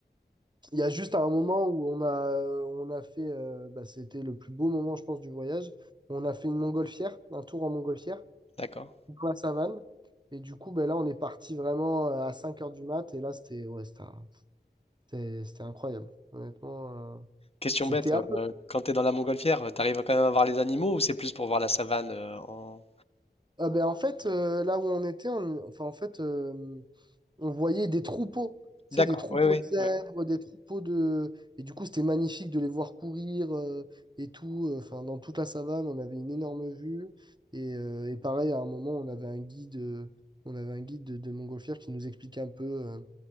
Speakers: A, on the right; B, on the left.
A: Il y a juste un moment où on a, on a fait, euh, bah, c'était le plus beau moment, je pense, du voyage. On a fait une montgolfière, un tour en montgolfière,
B: D'accord.
A: dans la savane. Et du coup, ben là, on est parti vraiment euh, à 5 heures du mat. Et là, c'était ouais, c'était un- c'était- c'était incroyable. Honnêtement, euh,
B: Question
A: c'était
B: bête, euh,
A: un peu.
B: quand tu es dans la montgolfière, euh, t'arrives à quand même à voir les animaux ou c'est plus pour voir la savane euh, en...
A: Ah, ben, en fait, euh, là où on était, on- enfin, en fait, euh, on voyait des troupeaux, tu
B: D'accord.
A: sais, des troupeaux
B: Oui, oui,
A: de zèbres,
B: oui.
A: des troupeaux de... Et du coup, c'était magnifique de les voir courir euh, et tout. euh, Enfin, dans toute la savane, on avait une énorme vue. Et, euh, et pareil, à un moment, on avait un guide, euh, on avait un guide de, de montgolfière qui nous expliquait un peu euh,